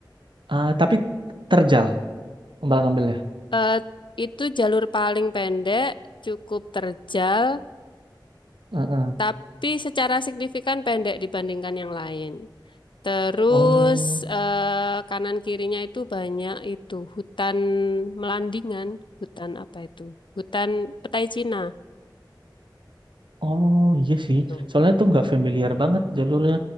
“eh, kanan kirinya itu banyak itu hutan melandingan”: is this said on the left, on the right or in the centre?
Left